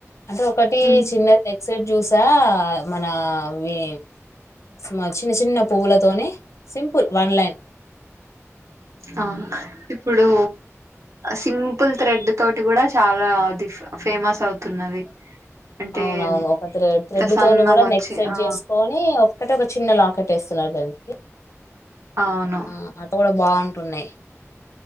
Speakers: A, on the left; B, on the right.
A: అంటే ఒకటి
B: ఉమ్
A: చిన్న నెక్సెట్స్ జ్యూసా మన అవి మా చిన్న చిన్న పువ్వులతోని సింపుల్ వన్ లైన్
B: ఆ ఇప్పుడు సిం పుల్ త్రెడ్ తోటి గూడా చాలా అది ఫేమస్ అవుతున్నది అంటే
A: అవునవును ఒక త్రెడ్
B: ఇట్లా సన్నం
A: తోను గూడా
B: వచ్చి
A: నెక్ సెట్
B: ఆ
A: చేసుకొని ఒక్కటే ఒక చిన్న లాకె ట్టేస్తున్నారు దానికి
B: అవును
A: ఆ అట్లా కూడా బాగుంటున్నాయి